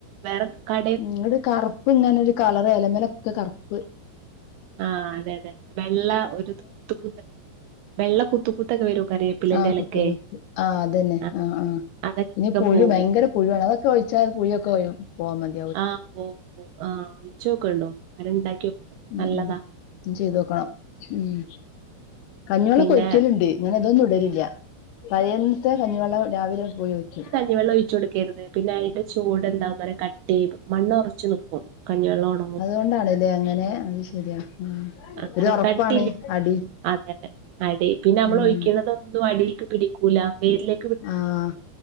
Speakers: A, on the right; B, on the left.
A: വേറെക്കടേ
B: ഉം ഒര് കറ്പ്പ് ഇങ്ങനൊര് കളറ് ഏലമെലൊക്കെ കറ്പ്പ്
A: ആഹ് അതെ അതെ വെള്ള ഒരു <unintelligible> വെള്ള കുത്തുകുത്തൊക്കെ വരും കറിവേപ്പിലേന്റെ
B: ആഹ്
A: എലക്കെ
B: കുത്ത് കുത്ത് ആഹ് അതെന്നെ
A: ആ
B: ആഹ് ആഹ്
A: അതൊക്കെ
B: പിന്നെ പുഴു
A: പോകും
B: ഭയങ്കര പുഴുവാണ് അതൊക്കെ ഒഴിച്ചാൽ പുഴിയൊക്കെ പോകാൻ മതി
A: ആഹ് പോവും പോവും ആഹ് ഒഴിച്ചോക്കണ്ടു അങ്ങനെ ഉണ്ടാക്കി നോക്കു
B: ഉം
A: നല്ലതാ
B: ഉം ചെയ്തോക്കണം ഉം കഞ്ഞിവെള്ളൊകൊയിക്കല്ണ്ട്
A: പിന്നെ
B: ഇങ്ങനെ ഇതൊന്നും ഇടലില്ല പഴേന്നതെ കഞ്ഞിവെള്ളം രാവിലെ പോയി ഒയ്ക്കും
A: കഞ്ഞിവെള്ളൊഴിച്ചൊടുക്കെര്ത് പിന്നെ അയിന്റെ ചോട് എന്താ പറയാ കട്ടീ മണ്ണൊറച്ച് നിക്കും കഞ്ഞിവെള്ളൊണ
B: അതുകൊണ്ടാണ്ലേ അങ്ങനെ അത് ശരിയാ
A: അങ്ങനെ
B: ഒരു ഒറപ്പാണ്
A: കട്ടില്ലേ
B: അടി
A: അതെതെ അടി പിന്നെ അമ്മൾ
B: ഉം
A: ഒഴിക്കണതൊ ഒന്നും അടീക്ക് പിടിക്കൂല വേരില്
B: ആഹ്